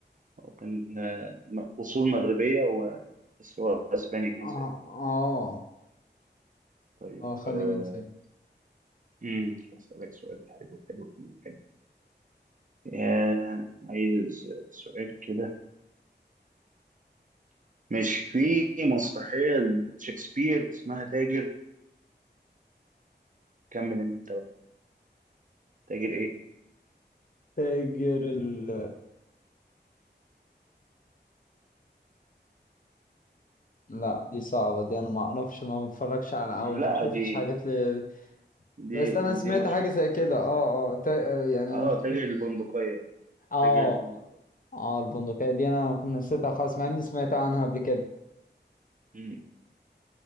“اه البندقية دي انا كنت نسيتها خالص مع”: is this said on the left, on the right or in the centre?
Left